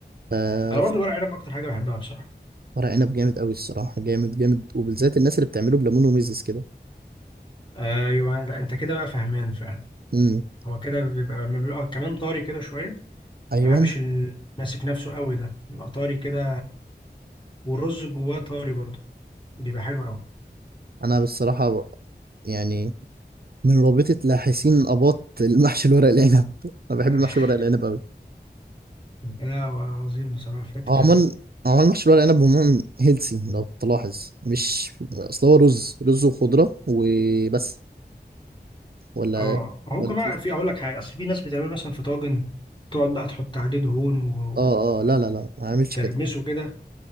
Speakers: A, on the right; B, on the left.
A: ف-
B: انا برضو ورق عنب اكتر حاجه بحبها بصراحه
A: ورق عنب جامد قوي الصراحه جامد جامد وبالذات الناس اللي بتعمله بليمون وميزز كده
B: ايوه لا انت كده بقى فهمان فعلا
A: امم
B: هو كده بيبقى لما بيبقى كمان طري كده شويه
A: ايوه
B: ما بحبش ال- ماسك نفسه قوي ده بيبقى طري كده والرز جواه طري برضو بيبقى حلو قوي
A: انا بالصراحه ب- يعني من رابطه لاحسين اباط المحشي الورق العنب <laughs> انا بحب
B: <laughs>
A: المحشي الورق العنب قوي
B: لا عظيم بصراحه في حته
A: هو
B: تانيه
A: عموما هو عموما المحشي الورق العنب عموما هيلسي لو تلاحظ مش اصل هو رز رز وخضره وبس ولا
B: اه هو
A: ولا
B: كمان
A: في
B: في اقول لك حاجه اصل في ناس بتعمل مثلا في طاجن تقعد بقى تحط عليه دهون و-
A: اه اه لا لا لا ما عملش
B: وترمسه
A: كده
B: كده